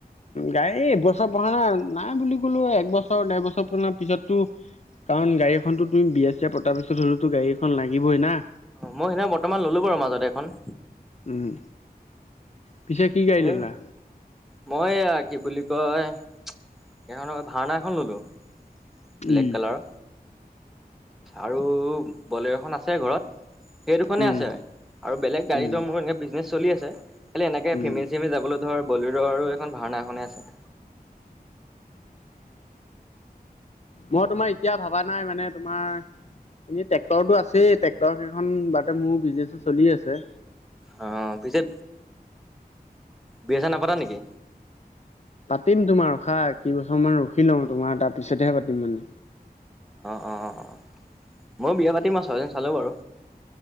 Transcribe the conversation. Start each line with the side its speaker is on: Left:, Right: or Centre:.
Left: গাড়ী এইবছৰ পঢ়া না নাই বুলি ক'লো একবছৰ ডেৰ বছৰ পৰ পিছতো- কাৰণ গাড়ী এখনটো তো বিয়া চিয়া পতাৰ পিছতো হলেতো গাড়ী এখন লাগিবই না।
Centre: অ' মই সেইদিনা বৰ্তমান ললো বাৰু মাজত এখন।
Left: উম, পিছে কি গাড়ী
Centre: এ
Left: ললা?
Centre: মই, এইয়া কি বুলি কয় এইখন ভাৰনা এখন ল'লোঁ। ব্লেক
Left: উম।
Centre: কালাৰৰ। আৰু বলেৰু এখন আছে ঘৰত। সেই দুখনে
Left: উম
Centre: আছে আৰু বেলেগ গাড়ীতো
Left: উম
Centre: মোৰ এনেই বিজনেছ চলি আছে। খালি এনেকে
Left: উম
Centre: ফেমিলি চেমিলি যাবলৈ ধৰ বলেৰু এখন ভাৰনা খনে আছে।
Left: মই তোমাৰ এতিয়া ভবা নাই মানে তোমাৰ- এনেই ট্ৰেক্টৰটো আছেই, ট্ৰেকৰ কেইখন বাৰতে মোৰ বিজনেছো চলি আছে।
Centre: অঁ পিছে বিয়া চিয়া নাপতা নেকি?
Left: পাতিম তোমাৰ ৰখা কেইবছৰমান ৰখি লওঁ তোমাৰ তাৰপিছতেহে পাতিম মানে।
Centre: অঁ অঁ অঁ অঁ ময়ো বিয়া পাতি মই ছোৱালজনী চালোঁ বাৰু।